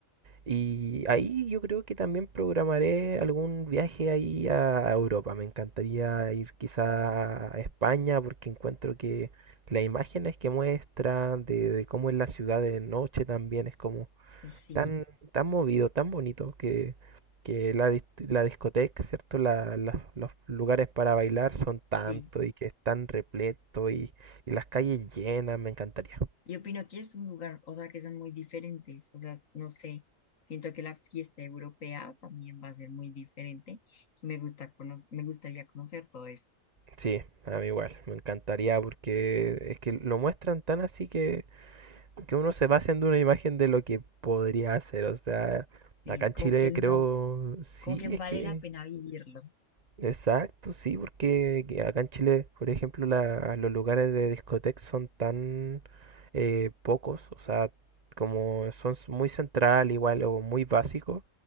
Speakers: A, on the right; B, on the left.
A: Y ahí yo creo que también programaré algún viaje ahí a a Europa. Me encantaría ir quizá a España porque encuentro que las imágenes que muestran de, de cómo es la ciudad de noche también es como
B: Sí.
A: tan, tan movido, tan bonito que, que la, dis- la discoteca, ¿cierto? La- la- los lugares para bailar son tanto
B: Sí,
A: y que es tan repleto y, y las calles llenas. Me encantaría.
B: Yo opino que es un lugar, o sea, que son muy diferentes, o sea, no sé, siento que la fiesta europea también va a ser muy diferente me gusta cono- me gustaría conocer todo eso,
A: Sí, a mí igual, me encantaría porque es que lo muestran tan así que, que uno se va haciendo una imagen de lo que podría hacer. O sea,
B: sí,
A: acá en
B: como
A: Chile
B: que no,
A: creo, sí,
B: como que vale
A: es que
B: la pena vivirlo,
A: Exacto, sí, porque que acá en Chile, por ejemplo, la- los lugares de discoteca son tan eh, pocos, o sea, como son s- muy central igual o muy básicos,